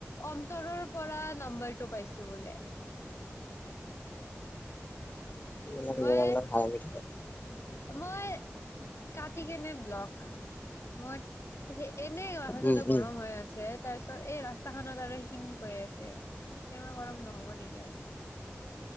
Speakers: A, on the left; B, on the left.
A: অন্তৰৰ পৰা নম্বাৰটো পাইছোঁ বোলে।
B: <unintelligible>
A: মই
B: থাকে।
A: মই কাটি কেনে ব্লক, মই সে এনেই মাথা-সাথা
B: উম
A: গৰম
B: উম
A: হৈ আছে! তা--ছত এই ৰাস্তাখনত আৰু সেইখিনি কই আছে টেমা গৰম নহ'ব নিকি আ।